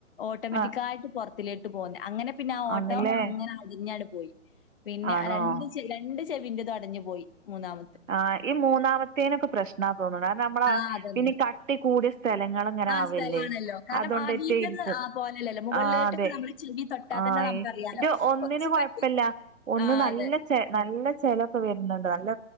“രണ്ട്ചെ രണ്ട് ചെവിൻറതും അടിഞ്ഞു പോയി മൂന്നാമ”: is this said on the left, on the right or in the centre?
Left